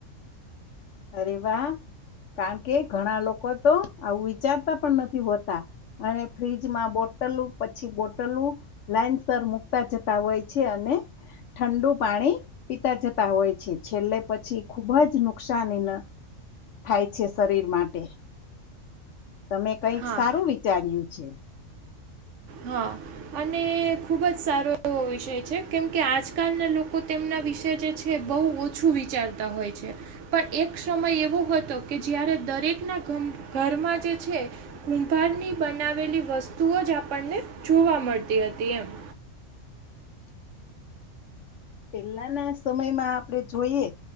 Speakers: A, on the left (about 65°); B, on the right (about 70°).
A: અરે વા કારણ કે ઘણા લોકો તો આવું વિચારતા પણ નથી હોતા અને ફ્રીજમાં બોટલ પછી બોટલું લાઈનસ મુૂકતા જતા હોય છે અને ઠંડુ પાણી પીતા જતા હોય છે છેલ્લે પછી ખુબ જ નુકસાન <unintelligible> થાય છે શરીર માટે તમે કંઈક
B: હા
A: સારું વિચાર્યું છે.
B: હા અને ખુબ જ સારો એવો વિષય છે કેમ કે આજકાલના લોકો તેમના વિશે જે છે જે બહુ ઓછું વિચારતા હોય છે. પણ એક સમય એવો હતો કે જયારે દરેક ના ઘરમાં જે છે. કુંભારની બનાવેલી વસ્તુઓ જ આપણને જોવા મળતી હતી એમ
A: પેલાના સમયમાં આપણેે જોઈએ